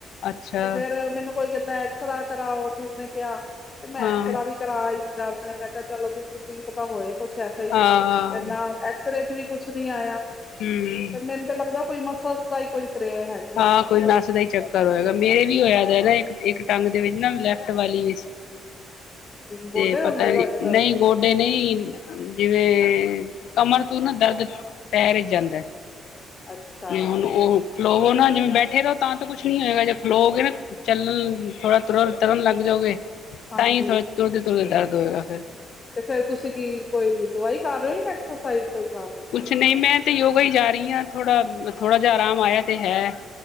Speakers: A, on the left (about 75°); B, on the left (about 35°).
A: ਅੱਛਾ
B: ਤੇ ਫੇਰ ਮੈਨੂੰ ਕੋਈ ਕਹਿੰਦਾ ਐਕਸਰਾ ਕਰਾਓ ਕਿਸ ਨੇ ਕਿਹਾ ਤੇ ਮੈਂ
A: ਹਾਂ
B: ਐਕਸਰਾ ਵੀ ਕਰਾ ਆਈ ਦਰਦ ਮੈਂ ਕਿਹਾ ਚਲੋ ਕੀ ਪਤਾ ਹੋਏ ਕੁਛ ਐਸਾ ਹੀ ਤੇ
A: ਹਾਂ ਹਾਂ
B: ਨਾਲ ਐਕਸਰੇ ਚ ਵੀ ਕੁਛ ਨੀ ਆਇਆ
A: ਹਮ
B: ਤੇ ਮੈਨੂੰ ਤਾਂ ਲੱਗਦਾ ਕੋਈ ਮਸਲਜ ਦਾ ਈ ਕੁਝ ਕਰੇ ਹੈਗਾ
A: ਹਾਂ ਕੋਈ ਨੱਸ ਦਾ ਹੀ ਚੱਕਰ ਹੋਏਗਾ ਮੇਰੇ ਵੀ ਹੋਇਆ ਦਾ ਨਾ ਇੱਕ ਇੱਕ ਟੰਗ ਦੇ ਵਿੱਚ ਨਾ ਲੈਫਟ ਵਾਲੀ ਵਿੱਚ
B: ਗੋਡੇ
A: ਤੇ
B: ਹੁੰਦੇ
A: ਪਤਾ
B: ਤੁਹਾਡੇ
A: ਨੀ
B: ਦਰਦ
A: ਨਹੀਂ ਗੁ ਡੇ ਨਹੀਂ ਜਿਵੇਂ ਕਮਰ ਤੋਂ ਨਾ ਦਰਦ ਪੈਰ ਏਚ ਜਾਂਦਾ
B: ਅੱਛਾ
A: ਨਹੀਂ ਹੁਣ ਉਹ ਖਲੋਵੋ ਨਾ ਜਿਵੇਂ ਬੈਠੇ ਰਹੋ ਤਾਂ ਕੁਛ ਨੀ ਹੋਏਗਾ ਜੇ ਖਲੋਵੋਗੇ ਨਾ ਚੱਲਣ ਥੋੜਾ ਤੁਰਨ ਤੁਰਨ ਲੱਗ ਜਾਓਗੇ
B: ਹਾਂਜੀ
A: ਤਾਂਈ ਥੋ ਤੁਰਦੇ-ਤੁਰਦੇ ਦਰਦ ਹੋਏਗਾ ਫੇਰ।
B: ਤੇ ਫੇਰ ਤੁਸੀਂ ਕੀ ਕੋਈ ਦਵਾਈ ਕਰ ਰੇ ਓ ਯਾਂ ਐਕਸਰਸਾਈਜ਼ ਕੋਈ ਕਰ ਰੇ ਓ?
A: ਕੁਛ ਨਈ ਮੈਂ ਤੇ ਯੋਗਾ ਈ ਜਾ ਰੀਆ ਥੋੜਾ-ਥੋੜਾ ਜਾ ਆਰਾਮ ਆਇਆ ਤੇ ਹੈ।